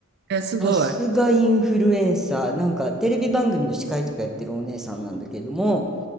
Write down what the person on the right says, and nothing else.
え、すごい。